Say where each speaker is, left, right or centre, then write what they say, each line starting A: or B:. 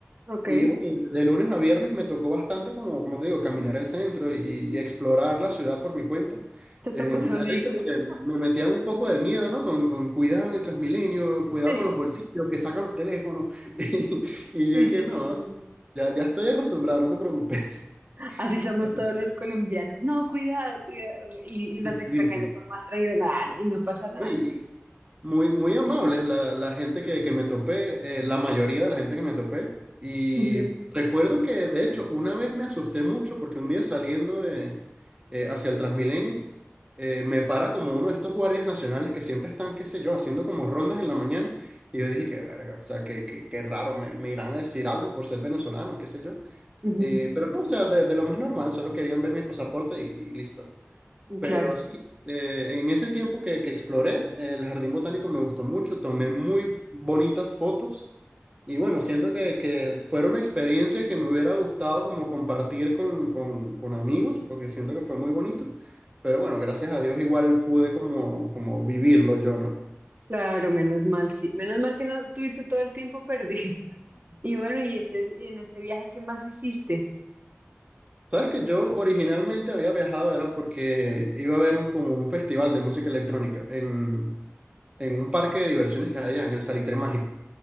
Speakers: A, on the right (about 45°); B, on the right (about 25°).
A: Ok,
B: Y bueno, de lunes a viernes me tocó bastante, como, como te digo, caminar el centro y, y explorar la ciudad por mi cuenta.
A: te
B: Eh,
A: tocó
B: me
A: solito.
B: da risa porque
A: <laughs>
B: me metían un poco de miedo, ¿no? Con, con cuidado en el Transmilenio, cuidado
A: Sí,
B: con los bolsillos, que sacan los teléfonos. <laughs> Y, y
A: sí,
B: yo dije,
A: sí,
B: no,
A: sí, sí.
B: ya, ya estoy acostumbrado, no te preocupes.
A: Así somos
B: <laughs>
A: todos los colombianos. No, cuidado, cuidado. Y, y los
B: Sí,
A: extranjeros
B: sí.
A: son más tranquilos. Nah, y no pasa nada
B: No, y,
A: al final.
B: Muy, muy amables la, la gente que, que me topé, eh, la mayoría de la gente que me topé. Y
A: Ujú,
B: recuerdo que, de hecho, una vez me asusté mucho porque un día saliendo de, eh, hacia el Transmilenio, eh, me para como uno de estos guardias nacionales que siempre están, qué sé yo, haciendo como rondas en la mañana. Y yo dije, qué verga, o sea, qué, qué, qué raro, me, me irán a decir algo por ser venezolano, qué sé yo.
A: ujú,
B: Eh, pero no, o sea, de, de lo más normal, solo querían ver mi pasaporte y y listo. Pero
A: Claro,
B: sí, eh, en ese tiempo que, que exploré, el jardín botánico me gustó mucho, tomé muy bonitas fotos y bueno, siento que, que fuera una experiencia que me hubiera gustado como compartir con, con, con amigos, porque siento que fue muy bonito, pero bueno, gracias a Dios igual pude como, como vivirlo yo, ¿no?
A: claro, menos mal, sí. Menos mal que no tuviste todo el tiempo perdido. <laughs> Y bueno, y ese, y en ese viaje, ¿qué más hiciste?
B: Sabes que yo originalmente había viajado era porque iba a ver un, como un festival de música electrónica en, en un parque de diversiones que hay allá en el Salitre Mágico.